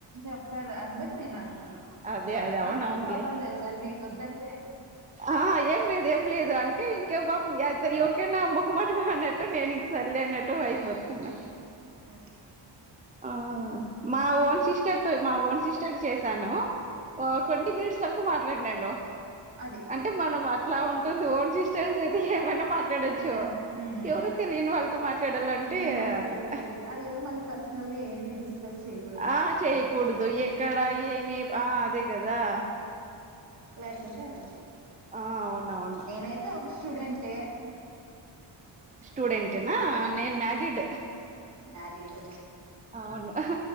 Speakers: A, on the right; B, on the right.
A: చెప్పారు అందుకు నేను అంటున్నా,
B: అదే
A: నా
B: అదే
A: నాకేం
B: అవును అవునులే
A: ప్రాబ్లం లేదు గానీ మీకు ఒద్దన్.
B: ఆ ఏం లేదు ఏం లేదు అ అంటే ఇంక బాపం <unintelligible> ఎవరికైనా మొహమాటమే అన్నట్టు నేను ఇంక సర్లే అన్నట్టు బయపతున్నా.
A: అ
B: ఆ మా ఓన్ సిస్టర్ తో మా ఓన్ సిస్టర్ చేశాను ట్వంటీ మినిట్స్ వరకు మా ట్లడ్ నేన్ను
A: అది
B: అంటే మనం అట్లా ఉంటుంది ఓన్ సిస్టర్స్ అయితే ఏమైనా మాట్లాడొచ్చు
A: యా మ్మ్
B: ఎవరు తెలియని వాళ్తో మాట్లాడాలంటే
A: ఏం మాట్లాడాలో
B: అట్లా
A: తెలీదు అదేదో మళ్ళీ పర్సనల్ గా ఏమి డిస్కస్ చేయకూడదు
B: ఆ
A: అన్నారు
B: చేయకూడదు ఎక్కడా ఏమి ఆ అదే కదా
A: లేకుంటే అది
B: ఆ అవునవును
A: నేనైతే ఒక స్టూడెన్ టే
B: స్టూడెంటెనా నేన్ మ్యారిడ్
A: మ్యారిడు
B: అవును అహ